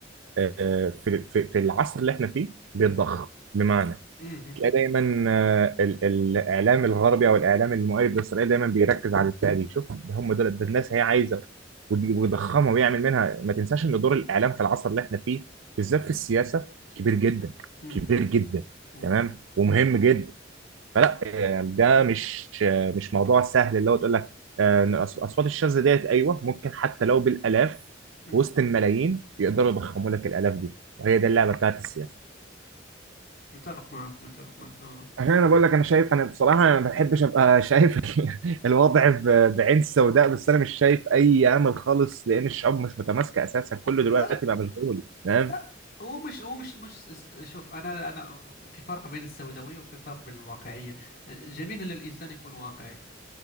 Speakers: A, on the right; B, on the left.
A: آه، في في في العصر اللي احنا فيه بيتضخ
B: امم
A: بمعنى
B: امم
A: تلاقي دايما آه، ال- الاعلام الغربي او الاعلام المؤيد لاسرائيل دايما بيركز على الفئه دي شوف ده هم دول ده الناس هي عايزه ويجي- ويضخمها ويعمل منها ما تنساش ان دور الاعلام في العصر اللي احنا فيه بالذات في السياسه كبير جدا
B: امم
A: كبير جدا
B: امم
A: تمام ومهم جدا فلا يعني ده مش مش موضوع سهل اللي هو تقول لك آه، إن أص- اصوات الشاذة ديت ايوه ممكن حتى لو بالالاف
B: أمم.
A: في وسط الملايين يقدروا يضخموا لك الالاف دي وهي دي اللعبه بتاعت السياسه
B: متفق معك متفق معك تماما
A: عشان انا بقول لك انا شايف انا بصراحه انا ما بحبش ابقى شايف <laughs> الوضع ب- بعين سوداء بس انا مش شايف اي امل خالص لان الشعوب مش متماسكه اساسا كله
B: لا
A: دلوقتي
B: لا
A: بقى مشغول تمام
B: لا هو مش هو مش مش س- شوف انا انا في فرق بين السوداوية وفي فرق بين الواقعية جميل ان الانسان يكون واقعي